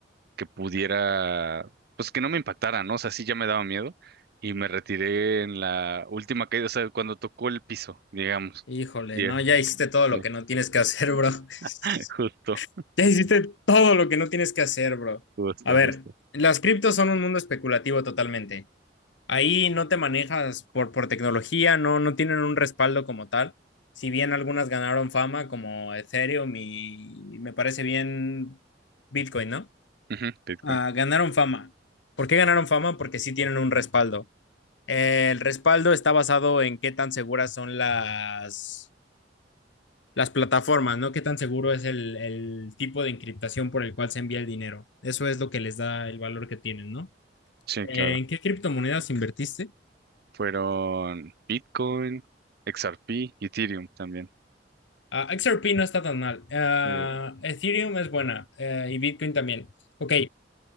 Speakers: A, on the right; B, on the left.
A: que pudiera, pues que no me impactara, ¿no? O sea, sí ya me daba miedo y me retiré en la última caída, o sea, cuando tocó el piso, digamos.
B: Híjole,
A: Yeah,
B: no, ya hiciste todo lo
A: sí,
B: que no tienes que hacer, bro. <laughs>
A: <laughs> justo,
B: Ya hiciste todo lo que no tienes que hacer, bro.
A: justo,
B: A ver,
A: justo.
B: las criptos son un mundo especulativo totalmente. Ahí no te manejas por, por tecnología, no, no tienen un respaldo como tal. Si bien algunas ganaron fama, como Ethereum y me parece bien Bitcoin, ¿no?
A: Ujú, Bitcoin.
B: Ah, ganaron fama. ¿Por qué ganaron fama? Porque sí tienen un respaldo. El respaldo está basado en qué tan seguras son las las plataformas, ¿no? ¿Qué tan seguro es el, el tipo de encriptación por el cual se envía el dinero? Eso es lo que les da el valor que tienen, ¿no?
A: Sí,
B: Eh,
A: claro.
B: ¿En qué criptomonedas invertiste?
A: Fueron Bitcoin, XRP, Ethereum también.
B: Ah, XRP no está tan mal. Ah,
A: Eh,
B: Ethereum es buena eh, y Bitcoin también. Ok,